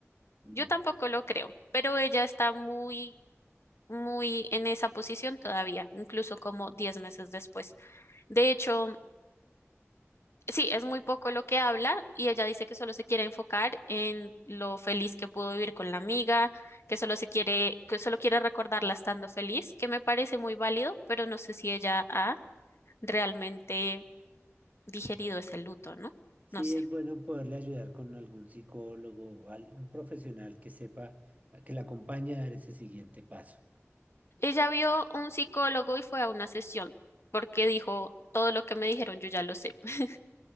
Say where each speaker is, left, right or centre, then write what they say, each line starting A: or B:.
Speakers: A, on the right (about 30°); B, on the left (about 60°).
A: no.
B: yo tampoco lo creo, pero ella está muy, muy en esa posición todavía, incluso como 10 meses después. De hecho, sí, es muy poco lo que habla y ella dice que solo se quiere enfocar en lo feliz que pudo vivir con la amiga, que solo se quiere, que solo quiere recordarla estando feliz, que me parece muy válido, pero no sé si ella ha realmente digerido ese luto, ¿no?
A: Sí,
B: No sé.
A: es bueno poderle ayudar con algún psicólogo o al- un profesional que sepa, eh, que la acompañe a dar ese siguiente paso.
B: Ella vio un psicólogo y fue a una sesión porque dijo, todo lo que me dijeron yo ya lo sé. <laughs>